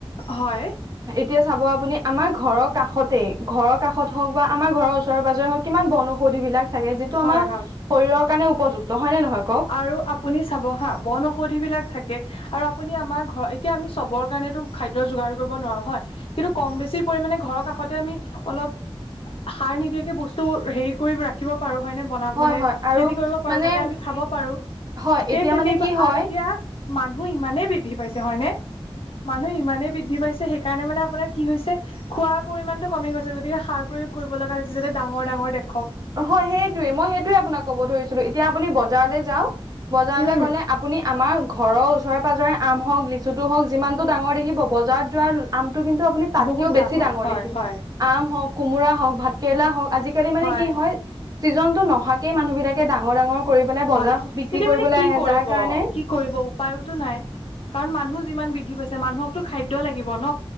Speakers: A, on the left; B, on the right.
A: হয়,
B: তেতিয়া চাব আপুনি আমাৰ ঘৰৰ কাষতে ঘৰ কাষত হওক বা আমাৰ ঘৰৰ ওচৰে পাজৰে হওক কিমান বনৌঔষধি বিলাক, থাকে যিটো
A: হয়
B: আমাৰ
A: হয়
B: শৰীৰৰ কাৰণে উপযুক্ত হয় নে নহয় কওক।
A: আৰু আপুনি চাব হা বন ঔষধিবিলাক থাকে। আৰু আপুনি আমাৰ ঘৰ এতিয়া আমি চবৰ কাৰণটো খাদ্য যোগাৰ কৰিব নোৱাৰো হয়। কিন্তু কম বেছি পৰিমামানে ঘৰ কাষতে আমি, অলপ সাৰ নিদিয়াকে বস্তু হেৰি কৰিব ৰাখি ৰাখিব পাৰো হয়নে বনাম
B: হয়
A: মানে
B: হয় আৰু
A: খেতি কৰিব পাৰো
B: মানে
A: যাতে আমি খাব পাৰো,
B: হয় এতিয়া
A: সেই খেতি
B: মানে কি হয়
A: আৰু এতিয়া মানুহ ইমানেই বৃদ্ধি পাইছে হয়নে মানুহ ইমানেই বৃদ্ধি পাইছে সেইকাৰণে মানে আপোনাৰ কি হৈছে খোৱাৰ পৰিমাণটো কমি গৈছে গতিকে সাৰ প্ৰয়োগ কৰিব লগা হৈছে যাতে ডাঙৰ ডাঙৰ দেখক।
B: হয় সেইটোয়ে মই সেইটোয়ে আপোনাক ক'ব ধৰিছিলো, এতিয়া আপুনি বজাৰলৈ যাওক বজাৰলৈ
A: উম,
B: গ'লে আপুনি আমাৰ ঘৰৰ ওচৰে পাজৰে আম হওক লিচুটো হওক যিমানটো ডাঙৰ দেখিব বজাৰত যোৱাৰ আমটো কিন্তু আপুনি তাতকেও
A: বহুত
B: বেছি ডাঙৰ
A: হয়
B: দেখিব,
A: হয়
B: আম হওক কোমোৰা হওক ভাত কেৰেলা হওক আজিকালি মানে
A: হয়
B: চিজনটো নহাকে মানুহ বিলাকে ডাঙৰ ডাঙৰ কৰি পিনে
A: হয়
B: বজাৰ বিক্ৰী
A: এতিয়া
B: কৰিবলৈ
A: মানে কি
B: আহে
A: কৰিব
B: যাৰ কাৰণে
A: কি কৰিব উপায়োতো নাই কাৰণ, মানুহ যিমান বৃদ্ধি পাইছে মানুহকতো খাদ্য লাগিব ন।